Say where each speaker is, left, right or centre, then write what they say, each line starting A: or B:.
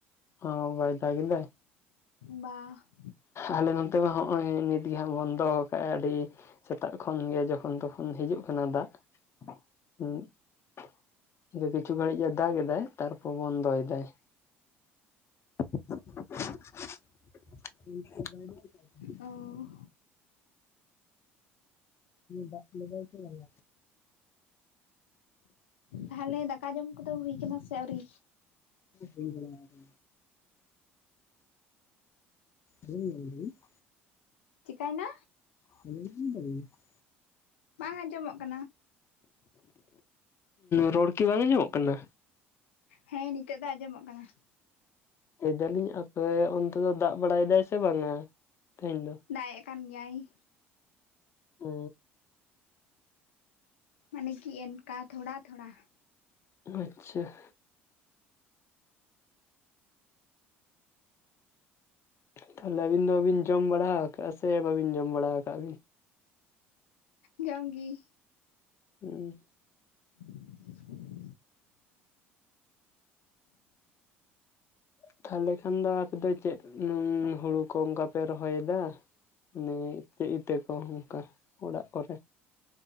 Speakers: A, on the left; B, on the left.
A: ᱚ ᱵᱟᱹᱭ ᱫᱟᱜ ᱮᱫᱟᱭ?
B: ᱵᱟᱝ ᱾
A: ᱟᱞᱮ ᱱᱚᱱᱛᱮ ᱢᱟ ᱦᱚᱸᱜᱼᱚᱭ ᱱᱤᱛᱜᱮ ᱦᱟᱸᱜ ᱵᱚᱱᱫᱚ ᱠᱟᱜᱼᱟᱭ ᱟᱹᱰᱤ ᱥᱮᱛᱟᱜ ᱠᱷᱚᱱᱜᱮ ᱡᱚᱠᱷᱚᱱ ᱛᱚᱠᱷᱚᱱ ᱦᱤᱡᱩᱜ ᱠᱟᱱᱟ ᱫᱟᱜ ᱦᱩ ᱾ ᱠᱤᱪᱷᱩ ᱜᱷᱟᱹᱲᱤᱡ ᱮ ᱫᱟᱜ ᱮᱫᱟᱭ ᱛᱟᱨᱯᱚᱨ ᱵᱚᱱᱫᱚ ᱮᱫᱟᱭ ᱾ ᱵᱟᱭ <inaudible>
B: ᱚ,
A: ᱫᱟ ᱞᱤᱫᱟᱭ ᱥᱮ ᱵᱟᱝ?
B: ᱛᱟᱦᱚᱞᱮ ᱫᱟᱠᱟ ᱡᱚᱢ ᱠᱚᱫᱚ ᱦᱩᱭ ᱟᱠᱟᱱᱟ ᱥᱮ ᱟᱹᱣᱨᱤ?
A: ᱦᱩᱭ ᱵᱚᱲᱚ <inaudible> ᱦᱮᱸ ᱦ ᱾
B: ᱪᱤᱠᱟᱭᱱᱟ?
A: <inaudible>
B: ᱵᱟᱝ ᱟᱸᱡᱚᱢᱚᱜ ᱠᱟᱱᱟ ᱾
A: ᱨᱚᱲ ᱠᱤ ᱵᱟᱝ ᱟᱸᱡᱚᱢ ᱠᱟᱱᱟ?
B: ᱦᱮᱸ ᱱᱤᱛᱳᱜ ᱫᱚ ᱟᱸᱡᱚᱢᱚᱜ ᱠᱟᱱᱟ ᱾
A: ᱞᱟᱹᱭ ᱫᱟᱞᱤᱧ ᱟᱯᱮ ᱚᱱᱛᱮ ᱫᱚ ᱫᱟᱜ ᱵᱟᱲᱟᱭᱮᱫᱟᱭ ᱥᱮ ᱵᱟᱝᱟ ᱛᱮᱦᱮᱧ ᱫᱚ?
B: ᱫᱟᱭ ᱮᱫ ᱠᱟᱱ ᱜᱮᱭᱟᱭ ᱾
A: ᱚ ᱾
B: ᱢᱟᱱᱮ ᱠᱤ ᱮᱱᱠᱟ ᱛᱷᱚᱲᱟ ᱛᱷᱚᱲᱟ ᱾
A: ᱟᱪᱪᱷᱟ ᱾ ᱛᱟᱦᱚᱞᱮ ᱟᱹᱵᱤᱱ ᱫᱚ ᱵᱤᱱ ᱡᱚᱢ ᱵᱟᱲᱟ ᱟᱠᱟᱜᱼᱟ ᱥᱮ ᱵᱽᱵᱤᱱ ᱡᱚᱢ ᱵᱟᱲᱟ ᱟᱠᱟᱜ ᱵᱤᱱ?
B: ᱡᱟᱢ ᱜᱤ ᱾
A: ᱦᱩᱸ ᱾
B: <unintelligible>
A: ᱛᱟᱦᱚᱞᱮ ᱠᱷᱟᱱ ᱫᱚ ᱟᱯᱮ ᱫᱚ ᱪᱮᱫ ᱦᱩᱲᱩ ᱠᱚ ᱚᱱᱠᱟᱯᱮ ᱨᱚᱦᱚᱭᱮᱫᱟ? ᱢᱟᱱᱮ ᱪᱮᱫ ᱤᱛᱟᱹ ᱠᱚ ᱚᱱᱠᱟ ᱚᱲᱟᱜ ᱠᱚᱨᱮ ᱾